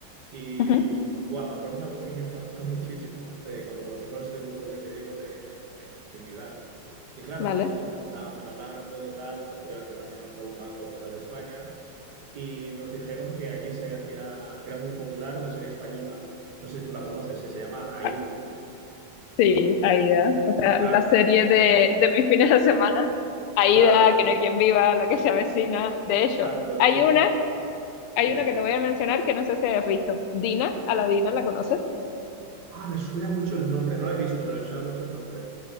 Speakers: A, on the right (about 60°); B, on the left (about 85°).
A: Y
B: Ujú,
A: guau, me acuerdo una cosa que me impactó <laughs> muchísimo de cuando conocimos este grupo que te digo de, en Trinidad, que claro,
B: Vale.
A: nosotros estábamos hablando, tal, obviamente también nos preguntaban por cosas de España, y nos dijeron que allí se hacía, que era muy popular una serie española, no sé si tú la conoces, que se llama Aída.
B: Ah, Sí, Aida. O sea,
A: Claro,
B: la serie de, de mis fines de semana. Aida,
A: claro,
B: que no hay quien viva, la que se avecina. De hecho,
A: claro.
B: hay
A: y-
B: una,
A: y-
B: hay
A: dime,
B: una
A: dime.
B: que te voy a mencionar que no sé si has visto. Dina, a la Dina, ¿la conoces?
A: Ah, me suena mucho el nombre, no la he visto, pero me suena mucho el nombre.